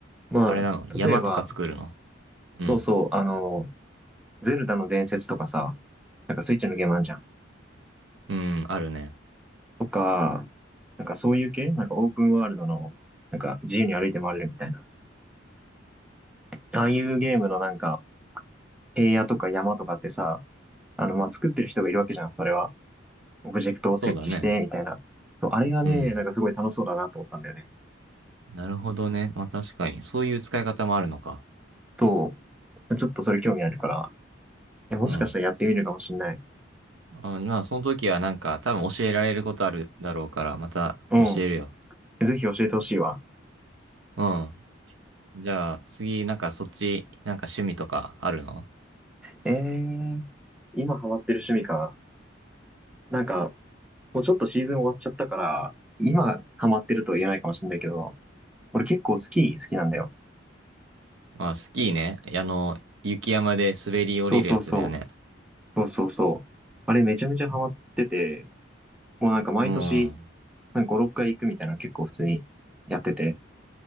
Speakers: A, in the centre; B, on the right (about 75°).
A: まあ、
B: あれなの山とか作るの
A: 例えば、
B: うん。
A: そうそう、あの、ゼルダの伝説とかさ、なんかスイッチのゲームあんじゃん。
B: うん、あるね。
A: とか、なんかそういう系なんかオープンワールドの、なんか自由に歩いて回れるみたいな。ああいうゲームのなんか、平野とか山とかってさ、あの、まあ、作ってる人がいるわけじゃん、それは。オブジェクトを設置して、
B: そうだね。
A: みたいな。そうあれがね、
B: うん。
A: なんかすごい楽しそうだなと思ったんだよね。
B: なるほどね。まあ確かに、そういう使い方もあるのか。
A: と、ちょっとそれ興味あるから、えもしかしたらやってみるかもしんない。
B: うん。あまあその時はなんか多分教えられることあるだろうから、また教えるよ。
A: うん。ぜひ教えてほしいわ。
B: うん。じゃあ次、なんかそっち、なんか趣味とかあるの
A: えー、今ハマってる趣味か。なんか、もうちょっとシーズン終わっちゃったから、今ハマってるとは言えないかもしんないけど、俺結構スキー好きなんだよ。
B: まあ、スキーね。あの、雪山で滑り降りるやつだよね。
A: そうそうそう。そうそうそう。あれめちゃめちゃハマってて、もうなんか毎年、
B: うん。
A: なんか5、6回行くみたいなの結構普通にやってて、